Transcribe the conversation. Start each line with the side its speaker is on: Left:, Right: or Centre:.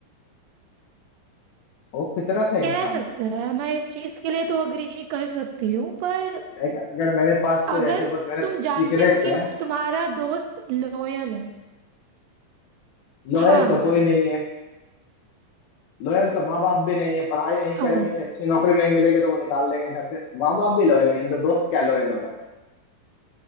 Left: वो फितरत है इंसान
Right: कह सकते हैं मैं इस चीज के लिए तो अग्री कर सकती हूँ पर
Left: लाइक अगर मेरे पास कोई
Right: अगर
Left: ऐसे बहुत मेरे
Right: तुम जानते
Left: सीक्रेट्स
Right: हो कि
Left: हैं
Right: वो तुम्हारा दोस्त लॉयल है
Left: लॉयल
Right: हाँ
Left: तो कोई नहीं है लॉयल तो माँ बाप भी नहीं है पढ़ाई नहीं कर
Right: ओ,
Left: रहे हैं अच्छी नौकरी नहीं मिलेगी तो वो निकाल देंगे घर से माँ बाप भी लॉयल नहीं है तो दोस्त क्या लॉयल होगा